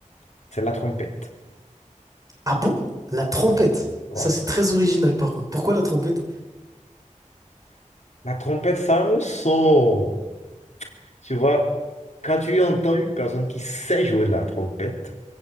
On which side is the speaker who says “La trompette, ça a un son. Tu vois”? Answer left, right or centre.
Left